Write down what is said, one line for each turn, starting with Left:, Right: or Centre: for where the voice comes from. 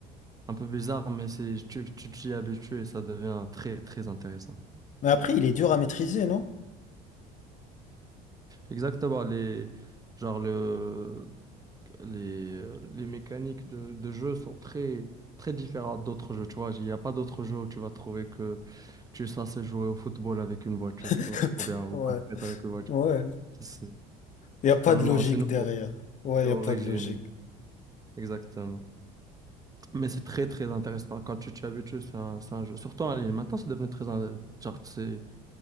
Right: un peu bizarre, mais c'est, tu, tu t'y habitues et ça devient très, très intéressant.
Left: Mais après, il est dur à maîtriser, non?
Right: Exactement, les, genre le, les, euh, les mécaniques de, de jeu sont très, très différentes d'autres jeux, tu vois. Il n'y a pas d'autres jeux où tu vas trouver que tu es censé jouer au football avec une voiture,
Left: <laughs>
Right: tu vois, ou bien au
Left: Ouais,
Right: basket avec une voiture.
Left: ouais.
Right: C'est
Left: Il n'y
Right: totalement,
Left: a pas de logique
Right: c'est nouveau,
Left: derrière. Ouais,
Right: c'est
Left: il
Right: original,
Left: n'y a pas de logique.
Right: exactement. Mais c'est très, très intéressant. Quand tu t'y habitues, c'est un, c'est un jeu, surtout en ligne. Maintenant, c'est devenu très, in- genre, c'est,